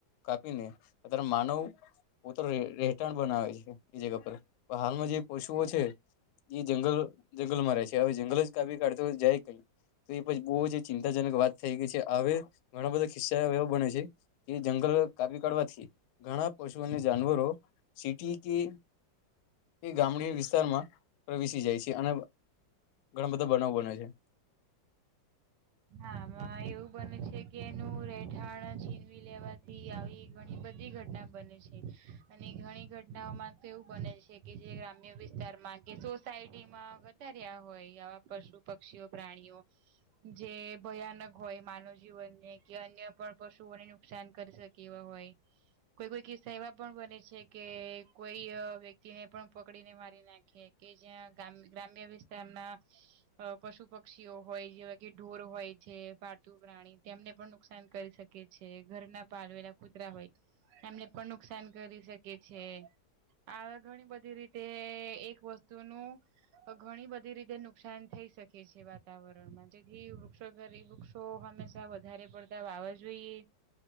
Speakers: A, on the left; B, on the right.
A: કાપીને અ્યારે માનવ પો રહેઠાણ બનાવે છે એ જગ પર હાલમાં જે પશુઓ છે એ જંગલ જંગલમાં રહે છે હવે જંગલ જ કાપી કાઢતો જાય કઈ તો એ પણ બહુ જ ચિંતાજનક વાત થઈ ગઈ છે હવે ઘણા બધા ખિસ્સા એવો બને છે કે જંગલ કાપી કાઢવાથી ઘણા પશુ અને જાનવરો સીટી કે એ ગામડી વિસ્તારમાં પ્રવેશી જાય છે અને ઘણા બધા બનાવ બન્યો છે
B: હામાં એવું બને છે કે એનું રહેઠાણ છીનવી લેવાથી આવી ઘણી બધી ઘટના બને છે અને ઘણી ઘટનાઓમાં તો એવું બને છે કે જે ગ્રામ્ય વિસ્તારમાં કે સોસાયટીમાં વધારે્યા હોય આવા પશુ પક્ષીઓ પ્રાણીઓ જે ભયાનક હોય માનવ જીવનને કે અન્ય પણ પશુઓને નુકસાન કરી શકે એવા હોય કોઈ કોઈ કિસ્સા એવા પણ બને છે કે કોઈ વ્યક્તિને પણ પકડીને મારી નાખે કે જ્યાં ગ્રામ્ય વિસ્તારના પશુ પક્ષીઓ હોય જેવા કે ઢોર હોય જે પ્રાણી તેમને પણ નુકસાન કરી શકે છે ઘર ના પાલવેલા કૂતરા હોય એમને પણ નુકસાન કરી શકે છે હ ઘણી બધી રીતે એક વસ્તુ નું ઘણી બધી રીતે નુકસાન થઈ શકે છે વાતાવરણમાં જેથી વૃક્ષો ઘરે વૃક્ષો હંમેશા વધારે પડતા વાવા જોઈએ